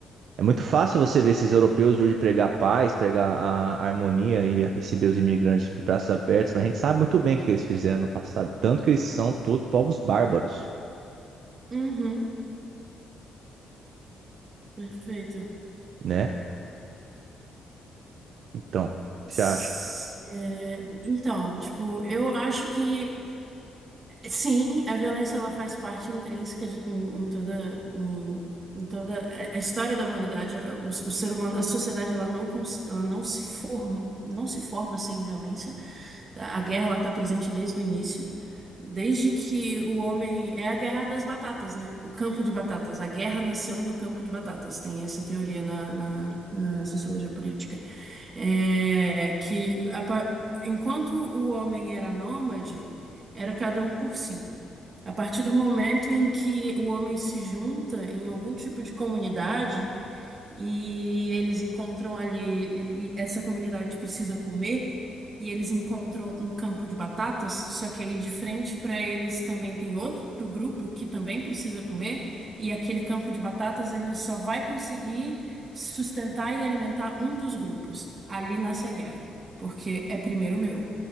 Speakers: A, on the right; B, on the right.
A: É muito fácil você ver esses europeus hoje pregar paz, pregar a harmonia e receber os imigrantes de braços abertos, mas a gente sabe muito bem o que eles fizeram no passado. Tanto que eles são todos povos bárbaros,
B: uhum, perfeito.
A: né? Então, o que
B: S-
A: você acha?
B: é, então, tipo, eu acho que. Sim, a violência ela faz parte intrínseca de, em, em toda em, em toda a a história da humanidade. O, o ser humano, a sociedade ela não cons- ela não se forma não se forma sem violência. A guerra ela está presente desde o início, desde que o homem é a guerra das batatas, né? O campo de batatas. A guerra nasceu no campo de batatas. Tem essa teoria na, na, na sociologia política, é, que a pa- enquanto o homem era nômade era cada um por si. A partir do momento em que o homem se junta em algum tipo de comunidade e eles encontram ali, ele- e essa comunidade precisa comer, e eles encontram um campo de batatas, só que aí de frente para eles também tem outro grupo que também precisa comer, e aquele campo de batatas ele só vai conseguir sustentar e alimentar um dos grupos. Ali nasce a guerra, porque é primeiro o meu.